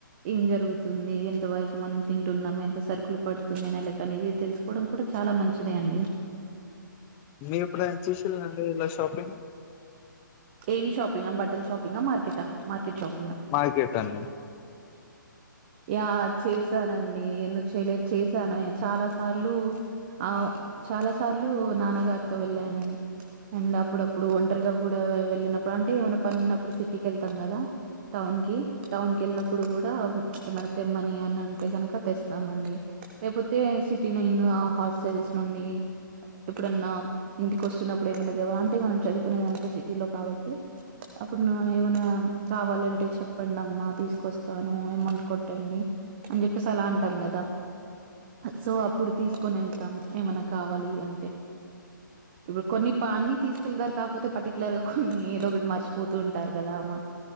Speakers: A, on the right; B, on the left.
A: ఏం జరుగుతుంది ఎంత వరకు మనం తింటున్నామ్ ఎంత సరుకులు పడు ంది నేనలా కానీ ఇది తెలుసుకోవడం కూడా చాలా మంచిదే అండి
B: మీ ఇప్పుడయిన చేసిల్లాండి ఇలా షాపింగ్
A: ఏం షాపింగ్ బట్టల షాపింగ్ ఆ మార్కెట్ ఆ మార్కెట్ షాప్
B: మార్కెట్ అండి
A: యా చేసానండి ఎందుకు చేయలేదు చేసాను చాలా సార్లు ఆ చాలా సార్లు నాన్నగారితో వెళ్ళాను అండ్ అప్పుడప్పుడు ఒంటరిగా కూడా వెళ్ళినప్పుడు అంటే ఏమైనా పని ఉన్నప్పుడు సిటీకి వెళ్తాం కదా టౌన్ కి టౌన్ కి వెళ్ళినప్పుడు కూడా ఏమైనా తెమ్మని అని అంటే కనుక తెస్తామండి లేకపోతే సిటీలో ఇంకా హాస్టల్స్ నుండి ఎప్పుడన్నా ఇంటిక వస్తున్నప్పుడు ఏమైనావాల అంటే మనం చదువుకునేదంతా సిటీలో కాబట్టి అప్పుడు ఏమైనా కావాలంటే చెప్పండి అమ్మా తీసుకొస్తాను ఏమోంట్ కొట్టండి అని చెప్పేసి అలా అంటాం కదా సో అప్పుడు తీసుకొని వెళ్తాము ఏమైనా కావాలి అంటే ఇప్పుడు కొన్ని పాన్ని తీసుకెళ్తారు కాకపోతే పర్టికులర్ గా కొన్ని ఏదో ఒకటి మర్చిపోతూ ఉంటారు కదా అమ్మ